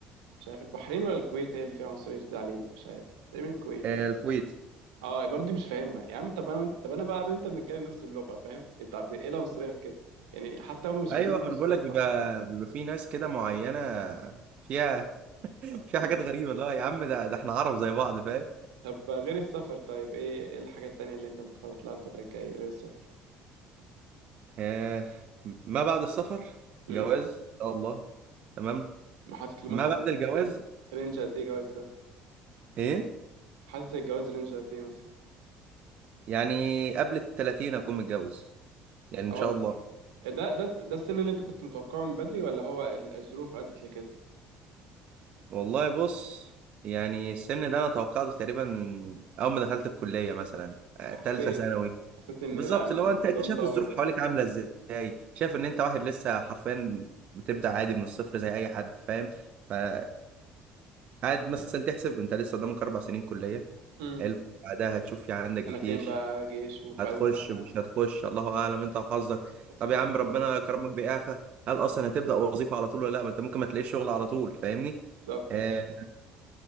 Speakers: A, on the right; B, on the right.
A: مش عارف البحرين ولا الكويت هي اللي فيها عنصريه شديده علينا مش عارف تقريبا الكويت
B: آه
A: يعني
B: الكويت
A: اه برضه مش فاهمها يا عم طب انا وإنت- طب انا بقى وانت بنتكلم نفس اللغه فاهم طب ايه العنصريه في كده يعني حتى هم مش
B: ايوه
A: فاهمين العنصريه
B: ما أنا بقول لك
A: صح
B: بيبقى
A: يعني
B: بيبقى في ناس كده معينه فيها <laughs>
A: <clears throat>
B: فيها
A: أمم.
B: حاجات غريبه اللي هو يا عم ده ده احنا عرب زي بعض فاهم
A: طب غير السفر طيب ايه ايه الحاجات التانيه اللي انت متخطط لها الفتره الجايه غير السفر
B: آه ما بعد السفر
A: امم
B: جواز ان شاء الله تمام
A: حاطط له
B: ما
A: مثلا
B: بعد الجواز
A: ر- رينج قد ايه جواز ده
B: ايه
A: حاطط الجواز رينج قد ايه مثلا
B: يعني قبل ال 30 اكون متجوز يعني ان
A: او
B: شاء الله
A: ده ده ده السن اللي انت كنت متوقعه من بدري ولا هو ال- الظروف ادت لكده
B: والله بص يعني السن ده انا توقعته تقريبا من اول ما دخلت الكليه مثلا آه،
A: حسيت
B: تالتة ثانوي
A: بقى حسيت ان
B: بالظبط
A: لا الم-
B: لو انت
A: الموضوع
B: انت شايف
A: مطول
B: الظروف
A: بقى
B: حواليك عامله ازاي شايف ان انت واحد لسه حرفيا بتبدا عادي من الصفر زي اي حد فاهم فقعد مثلا تحسب انت لسه قدامك اربع سنين كليه
A: امم
B: حلو بعدها هتشوف يعني عندك جيش
A: سنتين بقى جيش وبعدين
B: هتخش
A: سنه
B: مش هتخش الله اعلم انت وحظك
A: وسنتين
B: طب يا عم
A: شغل
B: ربنا كرمك بإعفاء هل اصلا هتبدأ وظيفة على طول ولا لا ما انت ممكن ما تلاقيش شغل على طول فاهمني
A: بالظبط
B: آه
A: ايوه